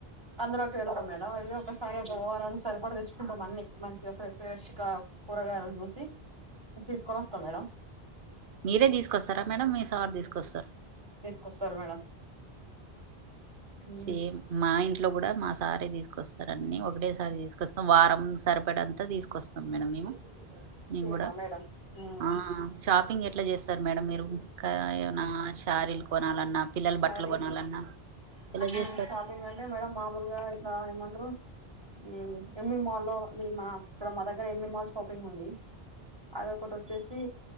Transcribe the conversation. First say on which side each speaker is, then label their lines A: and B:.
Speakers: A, on the right; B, on the right.
A: అందులో కెళ్తాం మేడం వెళ్లి. ఒక్కసారి గోవరాన్ సరి కూడా తెచ్చుకుంటాం అన్ని. మంచిగా ప్రే ప్రేష్ గ కూరగాయలు చూసి తీసుకొని వొస్తాం మేడం.
B: మీరే తీసుకొస్తారా మేడం మీ సార్ తీసుకొస్తార.
A: కోస్సర్ మేడం. ఉ
B: సేమ్ మా ఇంట్లో గుడా మా. సారే తీసుకొస్తా. అన్నీ ఒకటేసారి తీసుకొస్తా వారమ్. సరిపడ అంతా తీసుకొస్తాం మేడం మేము. మేము
A: సేమా
B: కూడా
A: మేడం ఉమ్
B: ఆ షాపింగ్ ఎట్లా జెస్తారు మేడం మీరు ఇంకా ఏమన్నా షారీలు కొనాలన్నా. పిల్లల
A: సారీస్
B: బట్టలు కొనాలన్నా ఎలా చేస్తారు
A: ఊమ్ షాపింగ్ అంటే మేడం మామూలుగా ఇట్లా ఏమంటారు. ఈ ఎమ్ మీమ్ మాల్లో మి మా ఇక్కడ మా దగ్గర ఎమ్ మీమ్ మాల్ షాపింగ్ ఉందీ అదొ ఒకటి వచ్చేసి